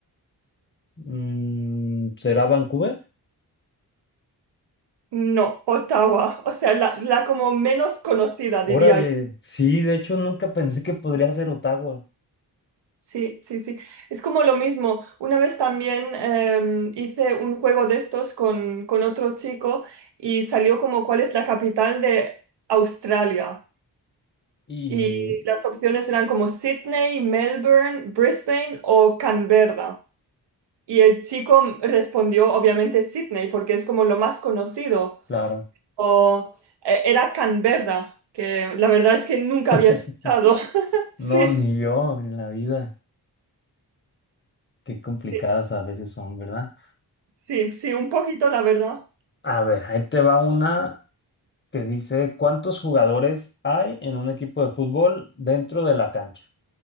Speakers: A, on the left (about 30°); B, on the right (about 80°).
A: Mm, ¿será Vancouver?
B: No, Ottawa, o sea, la, la como menos conocida,
A: Órale,
B: diría yo.
A: sí, de hecho nunca pensé que podría ser Ottawa.
B: Sí, sí, sí. Es como lo mismo. Una vez también em, hice un juego de estos con, con otro chico y salió como cuál es la capital de Australia.
A: Y
B: Y las opciones eran como Sydney, Melbourne, Brisbane o Canberra. Y el chico respondió obviamente Sydney porque es como lo más conocido.
A: claro,
B: O, eh, era Canberra, que la verdad es que nunca
A: <laughs>
B: había escuchado. <laughs>
A: no,
B: Sí,
A: ni yo en la vida. Qué complicadas
B: sí,
A: a veces son, ¿verdad?
B: sí, sí, un poquito, la verdad.
A: A ver, ahí te va una que dice, ¿cuántos jugadores hay en un equipo de fútbol dentro de la cancha?